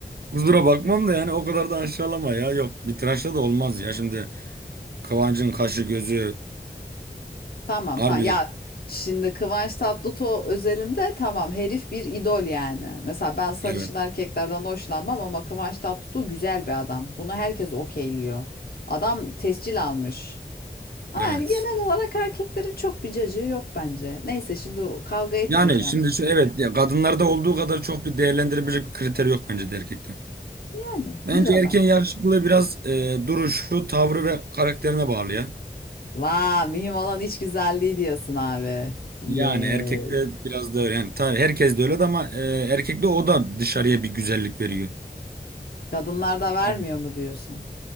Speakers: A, on the right; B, on the left.
A: Kusura bakmam da yani o kadar da aşağılama ya. Yok bir tıraşla da olmaz ya. Şimdi Kıvanç'ın kaşı gözü
B: Tamam
A: harbi
B: tamam. Ya şimdi Kıvanç Tatlıtuğ özelinde tamam herif bir idol yani. Mesela ben sarışın
A: evet
B: erkeklerden hoşlanmam ama Kıvanç Tatlıtuğ güzel bir adam. Bunu herkes okeyliyor. Adam tescil almış. Ama
A: evet.
B: yani genel olarak erkeklerin çok bir cacığı yok bence. Neyse şimdi o- kavga etmeyeceğim.
A: Yani şimdi şu evet ya kadınlarda olduğu kadar çok bir değerlendirebilecek bir kriter yok bence de erkekte.
B: Yani
A: Bence
B: düz adam.
A: erken yaşlılığı biraz e, duruşu, tavrı ve karakterine bağlı ya.
B: Vaa mühim olan iç güzelliği diyorsun abi. Yes.
A: Yani erkekte biraz da öyle. Yani tabii herkes de öyle de ama e, erkekte o da dışarıya bir güzellik veriyor.
B: Kadınlar da vermiyor
A: Yani
B: mu diyorsun?